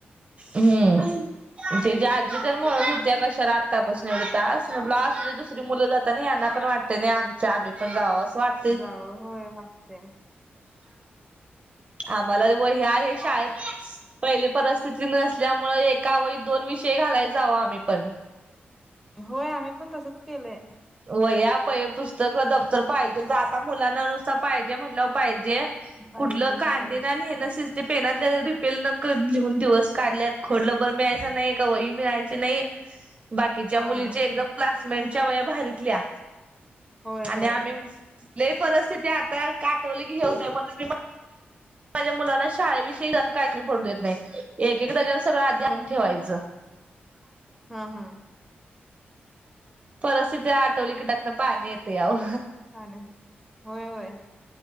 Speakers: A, on the right; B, in the centre.
A: हम्म. <inaudible> ते आजी तर म्हणून होित्या कशाला आत्तापासून यतास म्ह अस दु
B: मग
A: मुलं जात ना यांना पण वाटते नाही आम आम्ही पण जाव असं वाटत
B: जाऊ होय वाटतेय
A: आम्हाला व हे आहे शाळेत पहिले परिस्थिती नसल्यामुळे एका वत दोन विषय घालाय जावो आम्ही पण
B: होय आम्ही पण तसच केलंय
A: व या प हे पुस्तक दफ्तर पाहिजे आता मुलांना नुसार पाहिजे म्हटलंवर पाहिजे
B: पाहिजे
A: कुठलं काांदना
B: होय.
A: आणि हे नसे ते पेनातल्या रिपेल न लिहून दिवस काढल्यात खोडलंभर मिळायच नाही का वही मिळायचे नाही बाकीच्या
B: हां.
A: मुलीच्या एकदम क्लासमेंटच्या वया बाारीतल्या
B: होय, होय.
A: आणि आम्ही ल परिस्थिती आता काठवली की घेऊते म्हणून माझ्या मुलांना शाळेविषयी ज काहीत पडू देत नाही एक एक दडजन सगळं आधी आणून ठेवायचं
B: हा हा
A: पर असं जा टोली कडन पाणी ते आव
B: ह होय होय